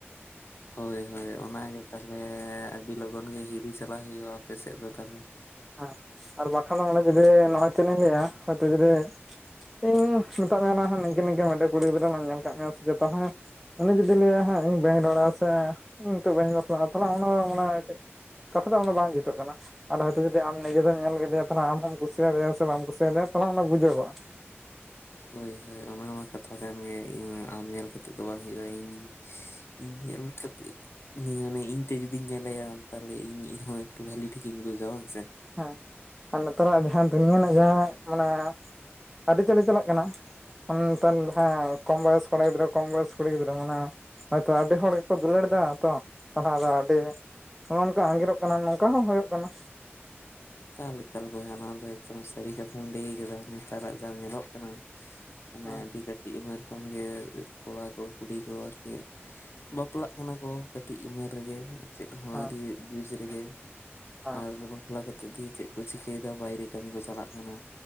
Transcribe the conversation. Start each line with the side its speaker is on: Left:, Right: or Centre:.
Left: ᱦᱳᱭ ᱦᱳᱭ ᱚᱱᱟ ᱜᱮ ᱛᱟᱦᱞᱮ ᱟᱹᱰᱤ ᱞᱚᱜᱚᱱ ᱜᱮ ᱦᱤᱨᱤ ᱪᱟᱞᱟᱜ ᱦᱩᱭᱩᱜᱼᱟ ᱟᱯᱮ ᱥᱮᱫ ᱫᱚ ᱛᱟᱦᱞᱮ
Centre: ᱦᱮ ᱟᱨ ᱵᱟᱠᱷᱟᱱ ᱫᱚ ᱚᱱᱮ ᱡᱩᱫᱤ ᱱᱚᱜᱼᱚᱭ ᱪᱮᱫ ᱤᱧ ᱞᱟᱹᱭᱟ ᱦᱚᱭᱛᱚ ᱡᱩᱫᱤ ᱤᱧ ᱢᱮᱛᱟᱫ ᱢᱮᱭᱟ ᱱᱟᱦᱟᱜ ᱱᱤᱝᱠᱟᱹ ᱱᱤᱝᱟᱹ ᱢᱤᱫᱴᱮᱱ ᱠᱩᱲᱤ ᱜᱤᱫᱽᱨᱟᱹ ᱞᱟᱝ ᱧᱮᱞ ᱟᱠᱟᱫ ᱢᱮᱭᱟ ᱥᱮ ᱪᱮᱫ ᱛᱟᱦᱞᱮ ᱩᱱᱤ ᱡᱩᱫᱤ ᱞᱟᱹᱭᱟ ᱦᱟᱸᱜ ᱤᱧ ᱵᱟᱹᱧ ᱨᱚᱲᱟ ᱥᱮ ᱤᱧ ᱱᱤᱛᱚᱜ ᱵᱟᱹᱧ ᱵᱟᱯᱞᱟᱜᱼᱟ ᱛᱟᱦᱞᱮ ᱚᱱᱟ ᱫᱚ ᱢᱟᱱᱮ ᱠᱟᱹᱡ ᱠᱟᱛᱷᱟ ᱫᱚ ᱚᱱᱟ ᱵᱟᱝ ᱡᱩᱛᱩᱜ ᱠᱟᱱᱟ ᱛᱚ ᱡᱩᱫᱤ ᱟᱢ ᱱᱤᱡᱮ ᱛᱮᱢ ᱧᱮᱞ ᱠᱮᱫᱮᱭᱟ ᱛᱟᱦᱞᱮ ᱟᱢ ᱦᱚᱢ ᱠᱩᱥᱤᱭᱟᱫᱮᱭᱟ ᱥᱮ ᱵᱟᱢ ᱠᱩᱥᱤᱭᱟᱫᱮᱭᱟ ᱛᱟᱦᱞᱮ ᱚᱱᱟ ᱵᱩᱡᱟᱹᱜᱚᱜᱼᱟ
Left: ᱦᱳᱭ ᱦᱳᱭ ᱚᱱᱟ ᱢᱟ ᱠᱟᱛᱷᱟ ᱠᱟᱱ ᱜᱮ ᱤᱧ ᱟᱢ ᱧᱮᱞ ᱠᱟᱛᱮᱜ ᱫᱚ ᱵᱟᱝ ᱦᱩᱭᱩᱜᱼᱟ ᱤᱧ ᱤᱧ ᱧᱮᱞ ᱠᱟᱛᱮ ᱩᱱᱤ ᱢᱟᱱᱮ ᱤᱧ ᱛᱮ ᱡᱩᱫᱤᱧ ᱧᱮᱞᱮᱭᱟ ᱛᱟᱦᱞᱮ ᱤᱧᱦᱚ ᱮᱠᱴᱩ ᱵᱷᱟᱞᱤ ᱴᱷᱤᱠᱤᱧ ᱵᱩᱡᱟ ᱵᱟᱝ ᱥᱮ
Centre: ᱦᱮᱸ ᱟᱨ ᱱᱮᱛᱟᱨᱟᱜ ᱡᱟᱦᱟᱸ ᱫᱩᱱᱤᱭᱟᱹ ᱨᱮᱱᱟᱜ ᱡᱟᱦᱟᱸ ᱢᱟᱱᱮ ᱟᱹᱨᱤᱪᱟᱹᱞᱤ ᱪᱟᱞᱟᱜ ᱠᱟᱱᱟ ᱚᱱ ᱠᱟᱱ ᱡᱟᱸᱦᱟ ᱠᱚᱢ ᱵᱚᱭᱚᱥ ᱠᱚᱸᱲᱟ ᱜᱤᱫᱽᱨᱟᱹ ᱠᱚᱢ ᱵᱚᱭᱚᱥ ᱠᱩᱲᱤ ᱜᱤᱫᱽᱨᱟᱹ ᱢᱟᱱᱮ <unintelligible> ᱛᱚ ᱟᱹᱰᱤ ᱦᱚᱲ ᱜᱮᱠᱚ ᱫᱩᱞᱟᱹᱲ ᱫᱟ ᱛᱚ ᱛᱟᱦᱞᱮ ᱟᱫᱚ ᱟᱹᱰᱤ ᱱᱚᱜᱼᱚᱝᱠᱟ ᱟᱸᱜᱤᱨᱚᱜ ᱠᱟᱱᱟ ᱱᱚᱝᱠᱟ ᱦᱚᱸ ᱦᱳᱭᱳᱜ ᱠᱟᱱᱟ
Left: ᱮᱠᱟᱞ ᱮᱠᱟᱞ ᱵᱚᱭᱦᱟ ᱱᱚᱣᱟ ᱫᱚ <unintelligible> ᱥᱟᱹᱨᱤ ᱠᱟᱛᱷᱟᱢ ᱞᱟᱹᱭ ᱟᱠᱟᱫᱟ ᱱᱮᱛᱟᱨᱟᱜ ᱡᱟᱸ ᱧᱮᱞᱚᱜ ᱠᱟᱱᱟ ᱢᱟᱱᱮ
Centre: ᱦᱮᱸ
Left: ᱟᱹᱰᱤ ᱠᱟᱼᱼ ᱼᱼᱴᱤᱡ ᱩᱢᱟᱹᱨ ᱠᱷᱚᱱ ᱜᱮ ᱠᱚᱲᱟ ᱠᱚ ᱠᱩᱲᱤ ᱠᱚ ᱟᱨᱠᱤ ᱵᱟᱯᱞᱟᱜ ᱠᱟᱱᱟ ᱠᱚ ᱠᱟᱹᱴᱤᱡ ᱩᱢᱮᱨ ᱨᱮᱜᱮ ᱾ ᱪᱮᱫ ᱦᱚᱸ
Centre: ᱦᱮᱸ
Left: ᱟᱹᱣᱨᱤ ᱵᱩᱡᱽ ᱨᱮᱜᱮ
Centre: ᱦᱮᱸ
Left: ᱟᱨ ᱵᱟᱯᱞᱟ ᱠᱟᱼᱼ ᱼᱼᱛᱮ ᱫᱤᱭᱮ ᱪᱮᱫ ᱠᱚ ᱪᱤᱠᱟᱹᱭᱮᱫᱟ ᱵᱟᱭᱨᱮ ᱠᱟᱹᱢᱤ ᱠᱚ ᱪᱟᱞᱟᱜ ᱠᱟᱱᱟ